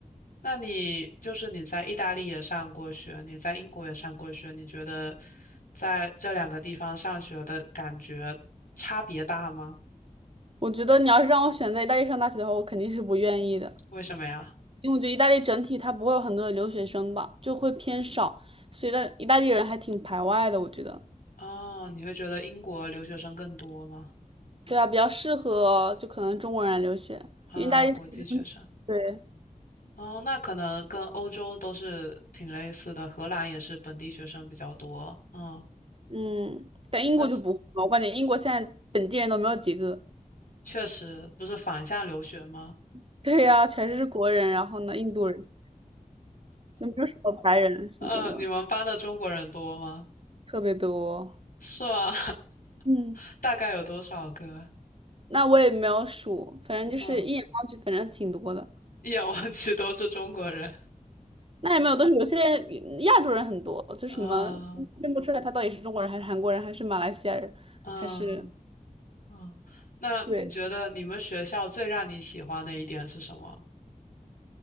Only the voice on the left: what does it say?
那你就是你在意大利也上过学，你在英国也上过学，你觉得在这两个地方上学的感觉差别大吗？
为什么呀？
哦，你会觉得英国留学生更多吗？
啊，
国际学生。哦，那可能跟欧洲都是挺类似的，荷兰也是本地学生比较多。嗯，
那确
确实不是反向留学吗？
嗯，你们班的中国人多吗？
是吗？<laughs>
大概有多少个？
嗯。
<laughs> 一眼望去都是中国人。
嗯嗯
嗯，那你觉得你们学校最让你喜欢的一点是什么？